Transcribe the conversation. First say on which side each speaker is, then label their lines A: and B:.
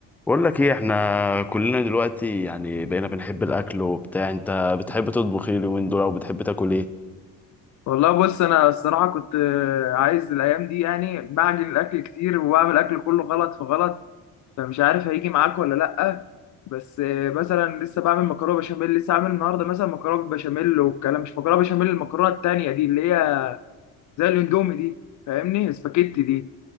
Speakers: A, in the centre; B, on the left (about 50°).
A: بقول لك ايه احنا كلنا دلوقتي يعني بقينا بنحب الاكل وبتاع انت بتحب تطبخ ايه اليومين دول او بتحب تاكل ايه
B: والله بص انا الصراحه كنت آه، عايز الايام دي يعني بعجن الاكل كتير وبعمل اكل كله غلط في غلط فمش عارف هيجي معاك ولا لا بس آه، مثلا لسه بعمل مكرونه بشاميل لسه عامل النهارده مثلا مكرونه بالبشاميل والكلام مش مكرونه بشاميل المكرونه التانيه دي اللي هي زي الاندومي دي فاهمني سباكيتي دي